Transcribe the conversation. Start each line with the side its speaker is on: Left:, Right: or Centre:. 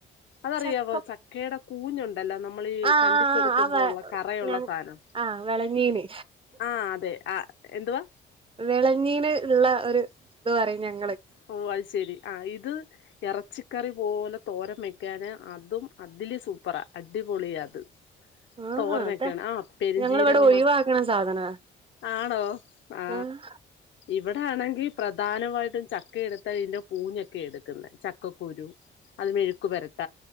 Left: അതറിയാവോ
Right: ചക്ക
Left: ചക്കയുടെ കൂഞ്ഞുണ്ട് നമ്മൾ ഈ
Right: ആഹ്
Left: കണ്ടിച്ചെടുക്കുമ്പോ
Right: ആഹ് ആ
Left: ഉള്ള കറയുള്ള
Right: ഞ
Left: സാധനം
Right: ആഹ് വെളഞ്ഞീന്
Left: ആഹ് അതെ ആ എന്തുവാ
Right: വിളഞ്ഞീന് ഉള്ള ഒരു ഇത് പറയും ഞങ്ങള്
Left: ഓ അത് ശെരി ആ ഇത് ഇറച്ചിക്കറി പോലെ തോരൻ. വെക്കാന് അതും അതില് സൂപ്പറാ അടിപൊളിയ അത്
Right: ആഹാ
Left: തോരനൊക്കെയാണ്
Right: അതാ
Left: ആ പെരഞ്ചീരകെ
Right: ഞങ്ങളിവിടെ ഒഴിവാക്കണ സാധനാ
Left: ആണോ ആ
Right: ആഹ്
Left: ഇവിടെ ആണെങ്കിൽ പ്രധാനമായിട്ടും ച ക്കെ എടുത്താൽ ഇതിന്റെ പൂഞ്ഞൊക്കെ എടുക്കുന്നെ ചക്കക്കുരു അത് മെഴുക്കു വരട്ട